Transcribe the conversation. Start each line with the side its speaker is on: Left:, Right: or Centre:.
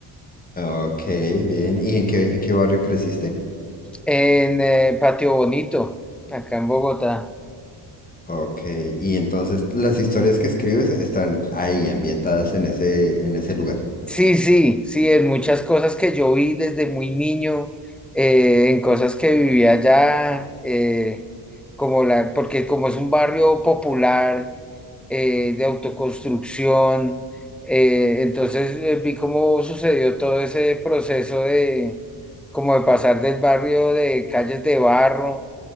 Left: Ok, bien. ¿Y en qué, en qué barrio creciste?
Centre: En eh, Patio Bonito, acá en Bogotá.
Left: Ok, y entonces las historias que escribes están ahí, ambientadas en ese, en ese lugar.
Centre: Sí, sí, sí, en muchas cosas que yo vi desde muy niño, eh, en cosas que vivía allá, eh, como la, porque como es un barrio popular, eh, de autoconstrucción, eh, entonces eh, vi cómo sucedió todo ese proceso de, como de pasar del barrio de calles de barro